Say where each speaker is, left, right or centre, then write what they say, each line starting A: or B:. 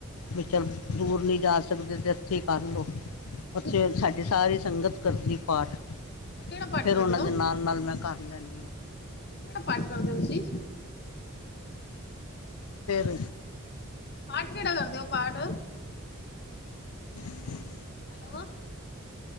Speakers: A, on the left; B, on the left.
A: ਅੱਛਾ
B: ਵਿਚਲ
A: ਜੀ
B: ਦੂਰ ਨੀ ਜਾ ਸਕਦੇ ਜ ਅੱਥੇ ਕਰ ਲਓ
A: ਤੁਸੀਂ
B: ਉੱਥੇ ਸਾਡੀ ਸਾਰੀ ਸੰਗਤ ਕਰਦੀ ਪਾਠ
A: ਕਿਹੜਾ ਪਾਠ
B: ਫਿਰ
A: ਕਰਦੇ
B: ਉਹਨਾਂ
A: ਹੋ
B: ਦੇ ਨਾਲ ਨਾਲ ਮੈਂ ਕਰ ਲੈਂਦੀ ਹਾਂ
A: ਕਿਹੜਾ ਪਾਠ ਕਰਦੇ ਹੋ ਤੁਸੀਂ
B: ਫਰ
A: ਪਾਠ ਕਿਹੜਾ ਕਰਦੇ ਹੋ ਪਾਠ
B: <inaudible>
A: ਹੈਲੋ